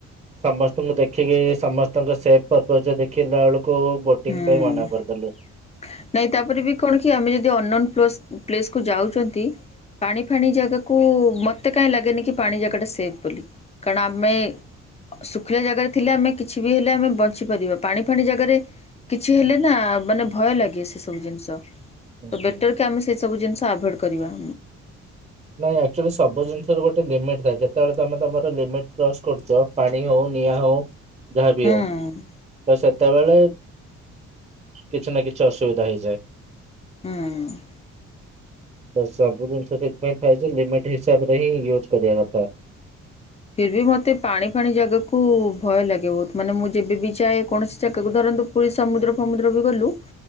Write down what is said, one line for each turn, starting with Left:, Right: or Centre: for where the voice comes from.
Right: ସମସ୍ତଙ୍କୁ ଦେଖ ଦେଖିକି ସମସ୍ତଙ୍କ ସେଫ ପପଜରେ ଦେଖିଲା ବେଳକୁ ବୋଟିଂ
Left: ହୁଁ।
Right: ପାଇଁ ମନା କରିଦେଲୁ।
Left: ନାଇଁ ତାପରେ ବି କଣ କି ଆମେ ଯଦି ଅନନ୍ନ ପସ ପ୍ଲେସକୁୁ ଯାଉଛନ୍ତି ପାଣି ଫାଣି ଜାଗାକୁ ମତେ କାହିଁ ଲାଗେନି କି ପାଣି ଜାଗା ଟା ସେଫ୍ ବୋଲି। କାରଣ ଆମେ ଶୁଖିଲା ଜାଗାରେ ଥିଲେ ଆମେ କିଛି ବି ହେଲେ ଆମେ ବଞ୍ଚିପାରିବା ପାଣି ଫାଣି ଜାଗାରେ କିଛି ହେଲେ ନା ମାନେ ଭୟ ଲାଗେ ସେ ସବୁ ଜିନିଷ ତ
Right: ହୁଁ।
Left: ବେଟର କି ଆମେ ସେ ସବୁ ଜିନିଷ ଆଭଏଡ କରିବା।
Right: ନାଇଁ ଆକ୍ଚୁଲି ସବୁ ଜିନିଷ ଗୋଟେ ଲିମିଟ୍ ଥାଏ ଯେତେବେଳେ ତମେ ତମର ଲିମିଟି କ୍ରସ୍ କରୁଚ ପାଣି ହଉ ନିଆଁ ହଉ ଯାହାଵି
Left: ହୁଁ।
Right: ହଉ। ତ ସେତେବେଳେ କିଛି ନା କିଛି ଅସୁବିଧା ହେଇଯାଏ।
Left: ହୁଁ।
Right: ତ ସବୁ ଜିନିଷ ସେଥିପାଇଁ ଥାଏଯେ ଲିମିଟି ହିସାବରେ ହିଁ ଇୟୁଜୁ କରିବା କଥା।
Left: ଫିର୍ ବି ମୋତେ ପାଣି ଫାଣି ଜାଗାକୁ ଭୟ ଲାଗେ ବହୁତୁ ମାନେ ମୁଁ ଯେବେ ବିି ଯାଏ କୌଣସି ଜାଗାକୁ ଧରନ୍ତୁ ପୁରୀ ସମୁଦ୍ର ଫୁମୁଦ୍ର ବି ଗଲୁ